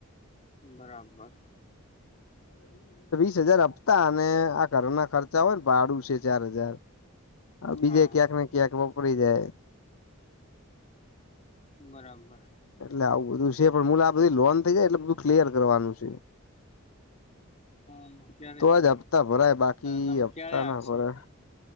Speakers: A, on the left; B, on the left.
A: બરાબર
B: ત્રીસ હજાર આપતા અને આ ઘરના ખર્ચા હોય ને ભાડું છે ચાર હજાર હ બીજે
A: હા હા
B: ક્યાંક ને ક્યાંક વપરાઈ જાય
A: બરાબર
B: એટલે આવું બધું છે પણ મૂળ આપણી લોન થઈ જાય એટલે બધું ક્લિયર કરવાનું છે
A: ઈ ક્યારે
B: તો જ હપ્તા ભરાય બાકી
A: લમ
B: હપતા
A: ક્યારે આવશે
B: ના ભરાય